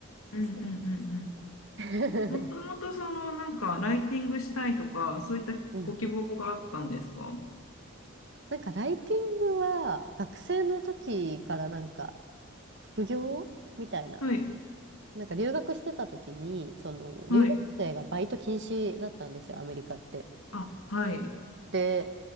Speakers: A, on the left; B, on the right.
A: うんうんうんうん
B: する。<laughs>
A: もともとそのなんかライティングしたいとか、そういったご希望があったんですか
B: うん。なんかライティングは学生の時からなんか副業みたいな。
A: はい、
B: なんか留学してた時に、その留学生がバイト禁止だったんですよ、
A: はい。
B: アメリカって。
A: あ、はい。
B: で、